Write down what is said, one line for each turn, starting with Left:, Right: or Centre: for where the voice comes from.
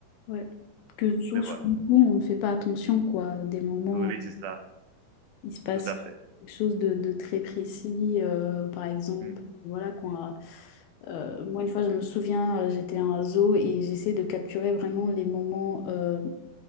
Left: Ouais. Que sur,
Right: mais voilà.
Left: sur le coup, on ne fait pas attention, quoi, des moments.
Right: Oui, oui, c'est ça,
Left: il se passe
Right: tout à fait.
Left: quelque chose de, de très précis. euh, par exemple,
Right: Mm,
Left: voilà, quand, euh, euh, moi, une fois, je me souviens, euh, j'étais à un zoo et j'essaie de capturer vraiment les moments, euh,